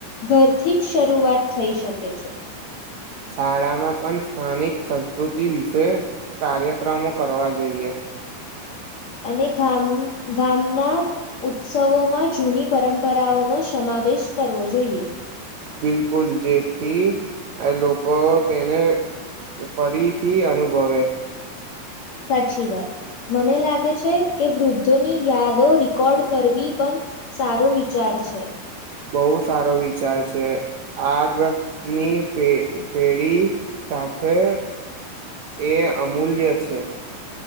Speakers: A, on the left; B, on the right.
A: ઘરથી જ શરૂઆત થઈ શકે છે.
B: શાળામાં પણ સ્થાનિક સંસ્કૃતિ વિશે કાર્યક્રમો કરવા જોઈએ.
A: અને ગામ ગામના ઉત્સવોમાં જૂની પરંપરાઓનો સમાવેશ કરવો જોઈએ.
B: બિલકુલ જેથી લોકો તેને ફરીથી અનુભવે
A: સાચી વાત મને લાગે છે કે વૃદ્ધોની યાદો રીકોર્ડ કરવી પણ સારો વિચાર છે.
B: બોવ સારો વિચાર છે આગની ફે ફેરી સાથે એ અમૂલ્ય છે.